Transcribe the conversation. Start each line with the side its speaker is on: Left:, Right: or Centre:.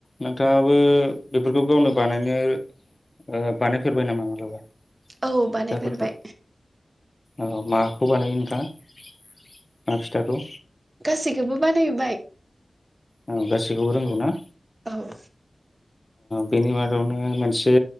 Left: नोंथाङाबो बेफोरखौ गावनो बानायनो ओ बानायफेरबाय नामा मालाबा?
Right: औ बानायफेरबाय।
Left: फिथाफोरखौ औ माखौ बानायो नोंथाङा ओ फिथाखौ?
Right: गासैखौबो बानायबाय।
Left: औ गासैखौबो रोंगौ ना?
Right: औ।
Left: बेनि मादावनो मोनसे